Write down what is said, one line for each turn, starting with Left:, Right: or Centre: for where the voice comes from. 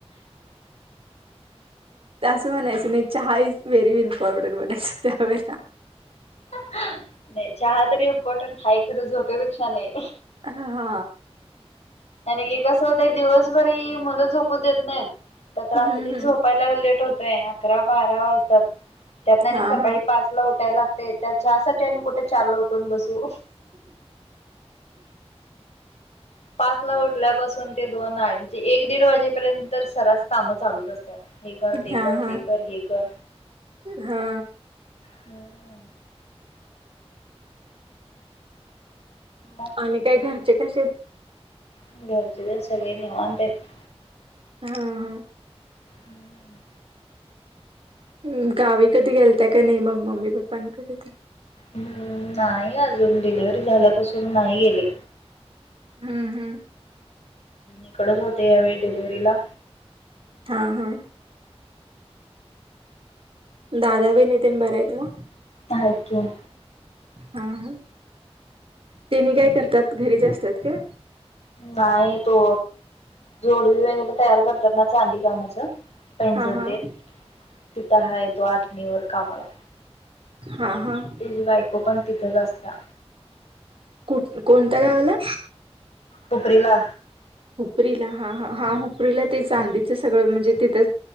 Right: असं म्हणायचं नाही चहा इज व्हेरी इम्पॉर्टंट म्हनायचं त्यावेळे...
Left: नाही. चहा तरी इम्पॉर्टंट हाय खरं झोपेपेक्षा नाही.
Right: हा...
Left: आणि की कसं होतय दिवसभरी मुलं झोपू देत नाहीत. तर रात्री
Right: हम्म हम्म
Left: झोपायला लेट होतोय अकरा बारा वाजतात. त्यातना आणि
Right: हा
Left: सकाळी
Right: हा
Left: पाच ला उठायला लागते त्या चहासाठी आणि कुठे चार ला उठ.. उन बसू पाच ला उठलं. ते दोन म्हणजे एक दीड वाजेपर्यंत सरास कामं चालूच असतात. हे कर ते
Right: हा
Left: कर
Right: हा
Left: ते कर हे कर
Right: हा
Left: हम. मग
Right: आणि काय घरचे कसेत.
Left: घरचे तर सगळे निवांत आहेत.
Right: हा हा.
Left: हम्म.
Right: हम् गावी कधी गेलता का नाही मग मम्मी पप्पांकडे तेन.
Left: हम् नाही अजून डिलिव्हरी झाल्यापासून नाही गेले.
Right: हम्म हम्म.
Left: इकडच होते यावेळी. डिलिवरीला..
Right: हा हा दादा वहिनी तेन बर आहेत ना.
Left: हायत कि.
Right: हा तेनी काय करतात घरीच जा असतात का.
Left: नाही तो जोडवी वगैरे तयार करतात ना चांदी कामाच... पैजणन
Right: हा हा
Left: तेन तिथ हा येतो आठणीवर कामाला...
Right: हा हा
Left: तेजे बायको पण तिथंच असत्या.
Right: कुठ कोणत्या गावाला.
Left: हुपरीला.
Right: हुपरीला हा हा हूपरीला ते चांदीचं सगळं म्हणजे तिथं...